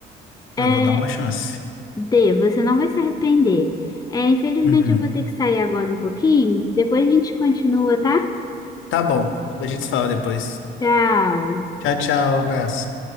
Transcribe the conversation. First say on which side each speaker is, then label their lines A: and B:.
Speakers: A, on the left; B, on the left.
A: É,
B: Eu vou dar uma chance.
A: Dê, você não vai se arrepender. É, infelizmente
B: Uhum.
A: eu vou ter que sair agora um pouquinho. Depois a gente continua, tá?
B: Tá bom. A gente se fala depois.
A: Tchau.
B: Tchau, tchau. Um abraço.